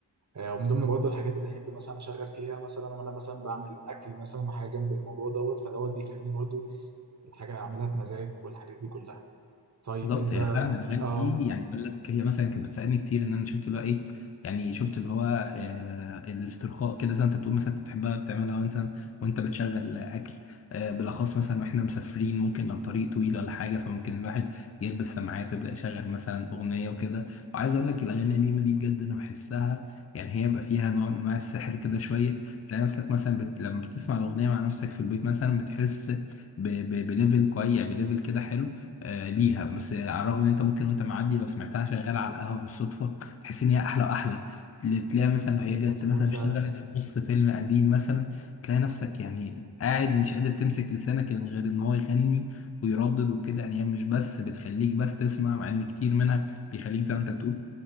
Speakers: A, on the right (about 40°); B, on the left (about 35°).
A: آه، ومن ضمن برضه الحاجات اللي احب مثلا اشغل فيها مثلا وانا مثلا بعمل اكل مثلا حاجه جنب الموضوع دوت فدوت بيخليني برضه الحاجه اعملها بمزاج والحاجات دي كلها طيب
B: بالظبط
A: انت
B: هي فعلا الاغاني
A: اه
B: دي يعني بقول لك هي مثلا كانت بتساعدني كتير ان انا شفت بقى ايه يعني شفت اللي هو آه الاسترخاء كده زي ما انت بتقول مثلا انت بتحبها بتعملها مثلا وانت بتشغل اكل آه بالاخص مثلا واحنا مسافرين ممكن لو طريق طويل ولا حاجه فممكن الواحد يلبس سماعات ويبدا يشغل مثلا اغنيه وكده وعايز اقول لك الاغاني القديمه دي بجد انا بحسها يعني هي بقى فيها نوع من انواع السحر كده شويه تلاقي نفسك مثلا بت... لما بتسمع الاغنيه مع نفسك في البيت مثلا بتحس ب... ب... بليفل كويس يعني بليفل كده حلو آه، ليها بس على الرغم ان انت ممكن وانت معدي لو سمعتها شغاله على القهوه بالصدفه تحس ان هي احلى واحلى تل- تلاقيها مثلا لو هي جت
A: مظبوط
B: مثلا
A: فعلا
B: اشتغلت في نص فيلم قديم مثلا تلاقي نفسك يعني قاعد مش قادر تمسك لسانك يعني غير ان هو يغني ويردد وكده يعني هي مش بس بتخليك بس تسمع مع ان كتير منها بيخليك زي ما انت بتقول